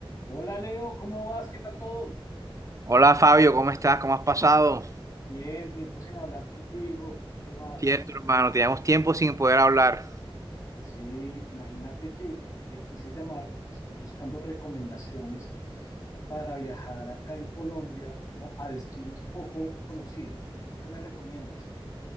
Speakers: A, on the left; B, on the right.
A: Hola Leo, ¿cómo vas? ¿Qué tal todo?
B: Hola Fabio, ¿cómo estás? ¿Cómo has pasado?
A: Bien, tiempo sin hablar contigo. ¿Qué más?
B: Cierto, hermano, teníamos tiempo sin poder hablar.
A: Sí, imagínate que te quise llamar porque estoy buscando recomendaciones para viajar acá en Colombia, ¿no? a destinos poco conocidos. ¿Tú qué me recomiendas?